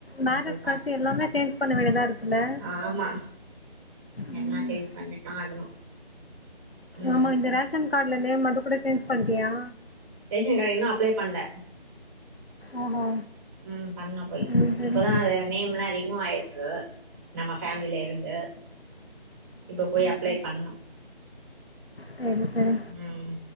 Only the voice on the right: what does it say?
நீ போய் பாரு
ஆமா
எல்லா சேஞ்ச் பண்ணிதா ஆகணு ம்
ரேஷன் கார்ட் இன்னு அப்ளை பண்ல
ம் பண்ணே போய்
இப்பதா அது நேம்லா ரிமூவ் ஆய்ருக்கு நம்ம ஃபேமிலில இருந்து இப்ப போய் அப்ளை பண்ணுனு
ம்